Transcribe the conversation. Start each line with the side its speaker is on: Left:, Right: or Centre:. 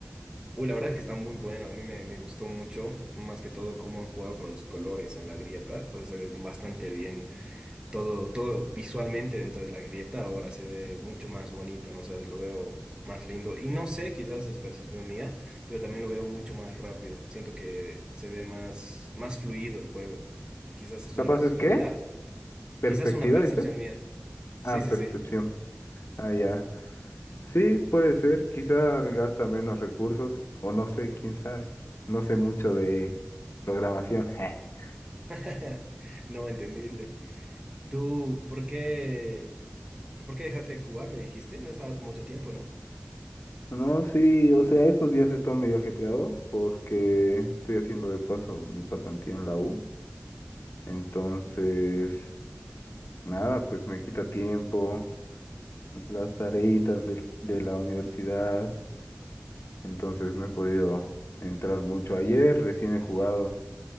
Right: Uy, la verdad es que está muy bueno. A mí me, me gustó mucho, más que todo, cómo han jugado con los colores en la grieta. O sea, se ve bastante bien todo, todo visualmente dentro de la grieta ahora se ve mucho más bonito, ¿no? O sea, lo veo más lindo. Y no sé, quizás es percepción mía, pero también lo veo mucho más rápido. Siento que se ve más, más fluido el juego. Quizás es
Left: ¿Capaz
Right: una percepción
Left: es qué?
Right: mía.
Left: ¿Perspectiva,
Right: Quizás una percepción
Left: dices?
Right: mía. Sí,
Left: Ah,
Right: sí,
Left: percepción.
Right: sí.
Left: Ah, ya. Sí, puede ser. Quizá gasta menos recursos, o no sé, quién sabe. No sé mucho de programación. <laughs>
Right: <laughs> No, entendible. ¿Tú por qué, por qué dejaste de jugar? Me dijiste, no estabas con mucho tiempo, ¿no?
Left: No, sí, o sea, estos días he estado medio ajetreado porque estoy haciendo de paso mi pasantía en la U. Entonces, nada, pues me quita tiempo, las tareitas del- de, la universidad, entonces no he podido entrar mucho. Ayer recién he jugado,